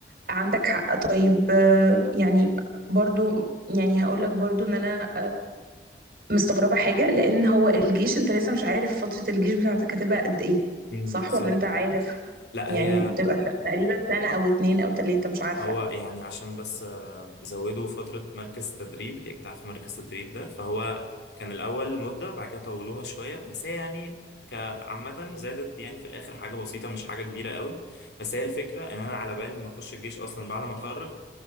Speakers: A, on the right (about 55°); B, on the left (about 75°).
A: عندك حق طيب آه، يعني برضو يعني هقول لك برضو ان انا مستغربة حاجة لأن هو الجيش أنت لسه مش عارف فترة الجيش بتاعتك هتبقى قد إيه
B: مم،
A: صح
B: بالظبط
A: ولا أنت عارف
B: بالظبط. لا
A: يعني
B: هي
A: بتبقى ت- تقريبا سنة أو اتنين أو تلاتة مش عارفة
B: هو يعني عشان بس آه، زودوا فترة مركز تدريب يعني انت اكيد عارف مركز تدريب ده فهو كان الأول مدة بعد كده طولوها شوية بس هي يعني كعامة زادت يعني في الآخر حاجة بسيطة مش حاجة كبيرة قوي بس هي الفكرة إن أنا على بالي ما أخش الجيش أصلا بعد ما أتخرج